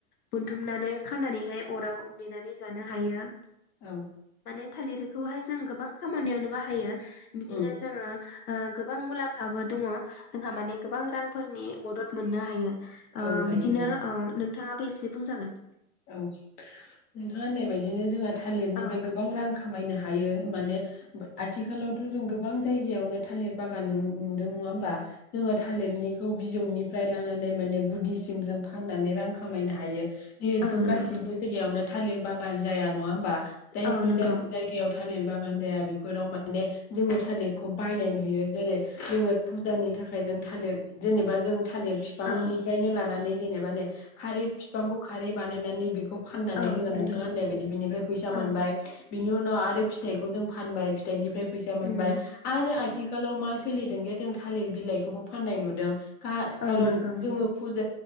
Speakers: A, on the left; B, on the left.
A: बोनथुमनानै खानानै हाय अराव मेनानै जानो हायो ।
B: औ।
A: माने थालिरखौ हाय जों गोबां खामानियावनो बाहायो । बिदिनो
B: ओम
A: जोङो ओ गोबां मुलाम्फाबो दङ । जोंहा माने गोबां रांफोरनि मदद मोननो हायो ।
B: औ
A: ओ
B: हायो
A: बिदिनो
B: हायो
A: ओ नों नोंथाङा एसे बुंजागोन ।
B: औ। नोंथाङा होननाय बायदिनो जोङो थालिरनिफ्राय
A: औ
B: गोबां रां खामायनो हा हायो माने आथिखालावथ' जों गोबां जायगायावनो थालिर बागान नु नुदों नङा होनबा जोङो थालिरनिखौ बिजौनिफ्राय लानानै माने गुदिसिम जों फाननानै रां खामायनो हायो । जिहेतु
A: औ नंगौ
B: गासिबो जायगायावनो थालिर बागान जाया नङा होमबा? जायफोर
A: औ नंगौ
B: जाय जायगायाव थालिर बा गान जाया बेफोराव माने जोङो थालिरखौ बायनाय नुयो। जेरै जोङो फुजानि थाखाय जों थालिर जेनेबा जों थालिर बिफांनिफ्रायनो
A: औ
B: लानानै जेनेबा नै खारै बिफांखौ खारै बानायनानै बेखौ फाननानै
A: औ
B: जोङो नोंथाङा
A: नंगौ
B: होननायबायायदि बिनिफ्राय फैसा मोनबाय,
A: औ
B: बिनि उनाव आरो फिथाइखौ जों फानबाय। फिथाइनि फ्राय फैसा मोनबाय।
A: उम
B: आरो आ थिखालाव मा सोलिदों जों थालिर बिलाइखौबो फाननाय नुदों । खा
A: औ
B: खारन
A: नंगौ
B: जोङो फुजा